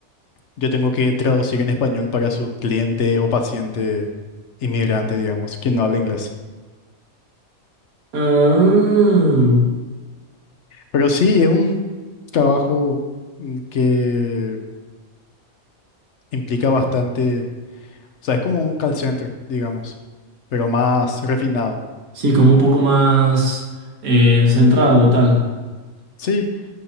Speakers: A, on the left; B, on the right.
A: Yo tengo que traducir en español para su cliente o paciente inmigrante, digamos, quien no habla inglés.
B: Ah,
A: Pero sí, es un trabajo mm, que implica bastante, o sea, es como un call center, digamos, pero más refinado.
B: sí, como un poco más eh, centrado y tal.
A: Sí,